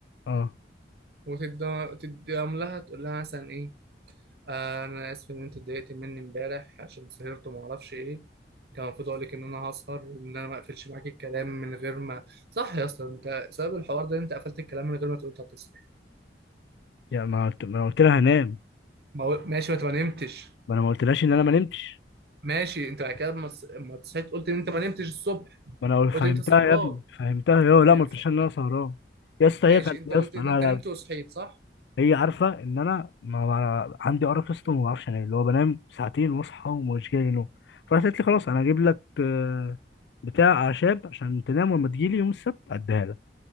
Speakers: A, on the left; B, on the right.
A: أه
B: وتديهم لها تقول لها مثلا ايه آه انا اسف ان انت اتضايقت مني امبارح عشان سهرت وما اعرفش ايه كان المفروض اقول لك ان انا هسهر وان انا ما اقفلش معاك الكلام من غير ما صح يا اسطى انت سبب الحوار ده إن انت قفلت الكلام من غير ما تقول انت هتسهر
A: يعني ما قلت ما أنا قلت لها هنام
B: ما هو- ماشي ما انت ما نمتش
A: ما أنا ما قلتلهاش إن أنا ما نمتش
B: ماشي انت بعد كده ما تص- ما صحيت قلت ان انت ما نمتش الصبح
A: ما أنا قلت-
B: قلت
A: فهمتها
B: انت سهران
A: يا ابني فهمتها يا لا
B: ما
A: ما
B: ينفع-
A: قلتلهاش إن
B: ما-
A: أنا سهران يا اسطى
B: ماشي
A: هي كانت
B: انت قلت
A: يا اسطى
B: ان
A: لا
B: انت
A: لا
B: نمت وصحيت صح
A: هي عارفه ان انا ما ما- عندي ارق اصلا وما بعرفش انام اللي هو بنام ساعتين واصحى ومش جاي لي نوم فراحت قالت لي خلاص انا هجيب لك آه، بتاع اعشاب عشان تنام ولما تجيلي يوم السبت اديها لك